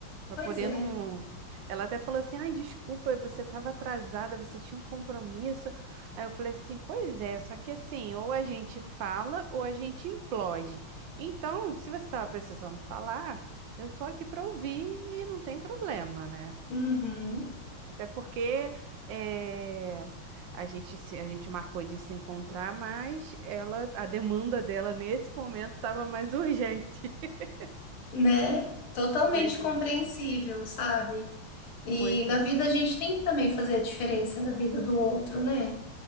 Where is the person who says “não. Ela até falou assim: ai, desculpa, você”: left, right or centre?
Right